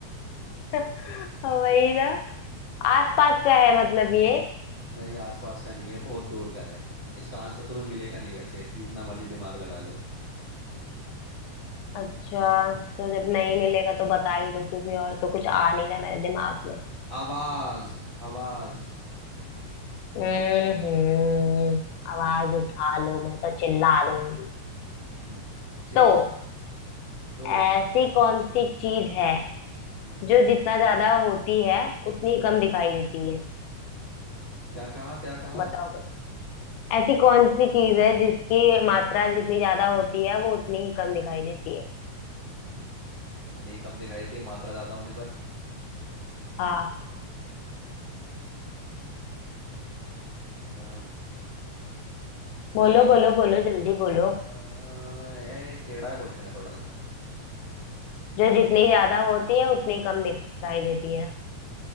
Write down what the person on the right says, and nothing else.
नहीं आसपास का नहीं है बहुत दूर का है इसका आंसर तुम्हें मिलेगा नहीं वैसे जितना मर्जी दिमाग लगा लो
आवाज आवाज
हम्म
हम्म चिल्ला
तो
हम्म,
क्या कहा क्या कहा
उतनी कम दिखाई देती है मात्रा ज्यादा होने पर
अ, नहीं
अ,
यार ये टेढ़ा क्वेश्चन है थोड़ा सा